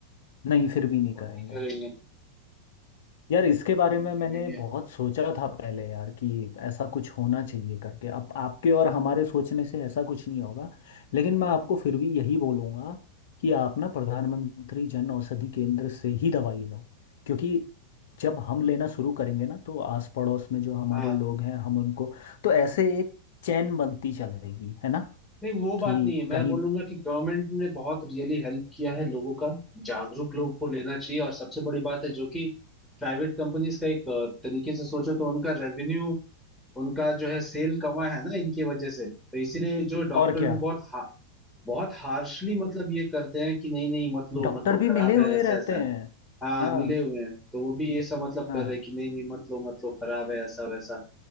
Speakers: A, on the left; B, in the centre.
A: नहीं फिर भी नहीं
B: वो
A: करेंगे
B: नहीं करेंगे
A: यार इसके
B: वो
A: बारे
B: नहीं
A: में मैंने
B: करेंगे
A: बहुत सोचा था पहले यार कि ऐसा कुछ होना चाहिए करके अब आपके और हमारे सोचने से ऐसा कुछ नहीं होगा लेकिन मैं आपको फिर भी यही बोलूँगा कि आप ना प्रधानमंत्री जन औषधि केंद्र से ही दवाई लो क्योंकि जब हम लेना शुरू करेंगे ना तो आस पड़ोस में जो हमारे
B: हाँ
A: लोग हैं हम उनको तो ऐसे एक चैन बनती चलेगी है ना
B: नहीं वो बात
A: कि
B: नहीं है मैं
A: कहीं
B: बोलूंगा कि गवर्नमेंट ने बहुत रियली हेल्प किया है लोगों का जागरूक लोग को लेना चाहिए और सबसे बड़ी बात है जो कि प्राइवेट कंपनीज का एक अ, तरीके से सोचो तो उनका रेवेन्यू उनका जो है सेल कमा है ना इनकी वजह से तो इसीलिए जो डॉक्टर
A: और क्या
B: भी बहुत हा, बहुत हार्शली मतलब ये करते हैं कि नहीं नहीं मत लो
A: डॉक्टर
B: मत लो
A: भी
B: खराब
A: मिले हुए
B: है ऐसा
A: रहते
B: ऐसा है
A: हैं
B: हाँ
A: हाँ
B: मिले हुए हैं तो वो भी ये सब मतलब
A: हाँ
B: कर रहे हैं कि नहीं नहीं मत लो मत लो खराब है ऐसा वैसा